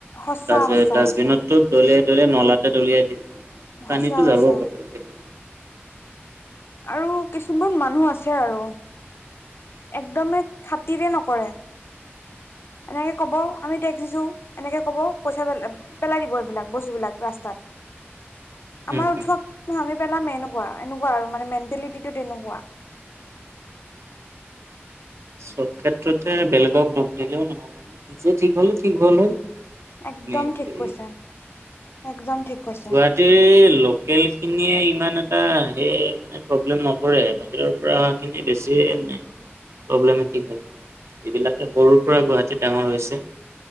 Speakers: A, on the left; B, on the right.
A: সঁচা
B: ডাযে
A: সঁচা
B: - ডাষ্টবিনতটো
A: সঁচা
B: দলিয়াই-দলিয়াই নলাতে দলিয়াই দিয়ে।
A: <unintelligible>
B: পানীতো
A: সঁচা-
B: যাব
A: সঁচা।
B: বটল সেইটো।
A: আৰু কিছুমান মানুহ আছে আৰু। একদমে খাতিৰে নকৰে। এনেকে কব আমি টেক্স দিছো এনেকে কব পইচা পেলাই দিব এইবিলাক বস্তু বিলাক ৰাস্তাত। আমাৰ
B: উম, হম।
A: উঠোৱা আমি পেলাম এনেকুৱা এনেকুৱা আৰু মানে মেণ্টেলিটি তেনেকুৱা।
B: চব ক্ষেত্ৰতে বেলেগক দুখ দিলেও নহ'ব ন' নিজে ঠিক হলে ঠিক হল হয়।
A: একদম
B: মেইনলি
A: ঠিক কৈছা একদম ঠিক। কৈছে।
B: গুৱাহাটীৰ লোকেল খিনিয়ে ইমান এটা হেৰি এ প্ৰব্লেম নকৰে বাহিৰৰ পৰা অহা খিনি বেছিয়ে মানে প্ৰব্লেমে ঠিক হে, যিবিলাক সৰুৰ পৰা গুৱাহাটীত ডাঙৰ হৈছে।